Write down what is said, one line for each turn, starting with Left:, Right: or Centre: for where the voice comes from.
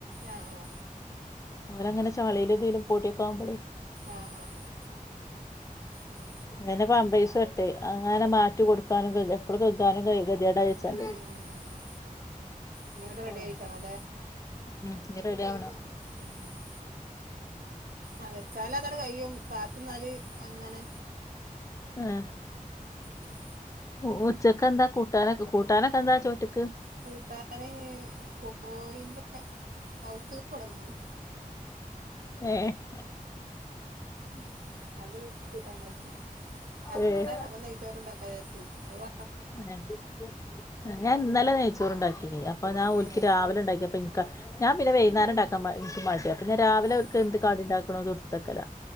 Right: ആ ഹആഹ
Left: ഓല് അങ്ങനെ ചളിലു ഇതീലു പോടിയൊക്കെ ആവുമ്പള്
Right: ആഹ ആഹ ആഹ മ്
Left: പിന്നെ പമ്പൈസു ഇട്ട് അങ്ങനെ മാറ്റി കൊടുക്കാനും എപ്പളും കഴുകാനും കഴ് ട വച്ചല്ല
Right: ഉം ഉം ഉം ഉം ഉം ഇങ്ങട് റെഡി
Left: <unintelligible>
Right: ആയിട്ടാണോ അല്ലേ
Left: ഉം ഇനി റെഡിയാവണം
Right: മ് മ് ആഹ വെച്ചാല് അതടെ കയ്യും കാത്ത്ന്നാല് അങ്ങനെ
Left: ആഹ
Right: മ്
Left: ഉ ഉച്ചക്കെന്താ കൂട്ടാനൊക്കെ കൂട്ടാനൊക്കെ എന്താ ചോറ്റ്ക്ക്
Right: കൂട്ടാന് കോഴിന്റെ കൗത്ത് കൊടന്നീന്
Left: ഏഹ
Right: മ് അത് കൂട്ടാണ്ടാക്കി അതുകൊണ്ടാണ്
Left: ഏഹ്
Right: അപ്പ നെയ്ച്ചോറ് ഇണ്ടാക്കാ വിയാരിച്ച് അ വ
Left: എ ഹ ഞാൻ ഇന്നലെ നഴച്ചോറ്ണ്ടാക്കിനി അപ്പ ഞാൻ ഒല്ക്ക്
Right: ഏഹ്
Left: രാവിലെ ഇണ്ടാക്കിയപ്പോ ഇന്ക്കാ ഞാ പിന്നെ വൈകേരണ്ടാക്കാന് ഇന്ക്ക് മടിയ അപ്പ ഞാൻ രാവിലെ
Right: ആഹ്
Left: ഓല്ക്ക് എന്ത്‌ കടിണ്ടാക്കണതു ഇട്ത്തക്കലാ